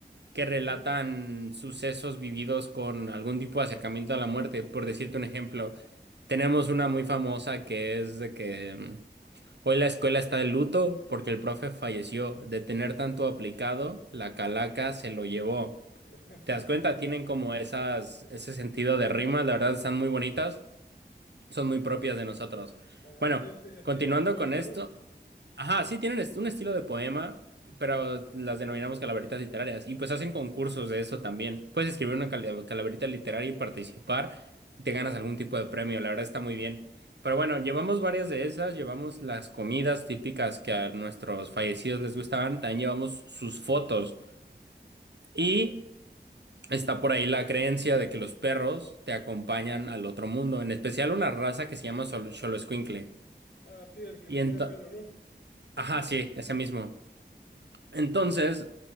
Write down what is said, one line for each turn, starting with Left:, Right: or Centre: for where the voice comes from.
Right: que relatan
Left: ujú.
Right: sucesos vividos con algún tipo de acercamiento a la muerte. Por decirte un ejemplo, tenemos una muy famosa que es de que mm, hoy la escuela está de luto porque el profe falleció. De tener tanto aplicado, la calaca se lo llevó.
Left: <laughs>
Right: ¿Te das cuenta? Tienen como esas, ese sentido de rima, la verdad están muy bonitas, son muy propias de nosotros.
Left: Así,
Right: Bueno,
Left: este, estilo
Right: continuando
Left: poema,
Right: con esto.
Left: ¿no?
Right: Ajá, sí, tienen est- un estilo de poema, pero las denominamos calaveritas literarias. Y pues hacen concursos de eso también. Puedes escribir una cala- calaverita literaria y participar. y Te ganas algún tipo de premio, la verdad está muy bien. Pero bueno, llevamos varias de esas, llevamos las comidas típicas que a nuestros fallecidos les gustaban, también llevamos sus fotos. Y está por ahí la creencia de que los perros te acompañan al otro mundo, en especial una raza que se llama Xol- Xoloescuincle.
Left: Ah, sí, el que
Right: Y
Left: no
Right: entonces...
Left: tiene pelo, ¿no?
Right: Ajá, sí, ese mismo. Entonces,